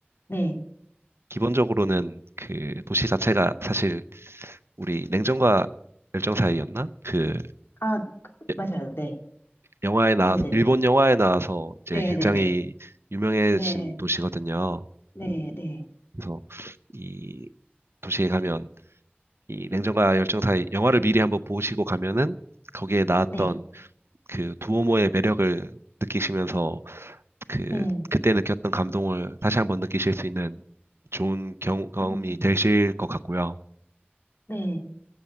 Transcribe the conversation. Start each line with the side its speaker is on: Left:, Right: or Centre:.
Left: 네.
Right: 기본적으로는 그 도시 자체가 사실 우리 냉정과 열정 사이였나? 그
Left: 아,
Right: 여-
Left: 맞아요, 네.
Right: 영화에 나
Left: 네네네.
Right: 일본 영화에 나와서 이제
Left: 네네네.
Right: 굉장히 유명해진
Left: 네,
Right: 도시거든요.
Left: 네, 네.
Right: 그래서 이 도시에 가면 이 냉정과 열정 사이 영화를 미리 한번 보시고 가면은 거기에 나왔던
Left: 네,
Right: 그 두오모의 매력을 느끼시면서 그
Left: 네.
Right: 그때 느꼈던 감동을 다시 한번 느끼실 수 있는 좋은 경험이
Left: 음,
Right: 되실 것 같고요.
Left: 네.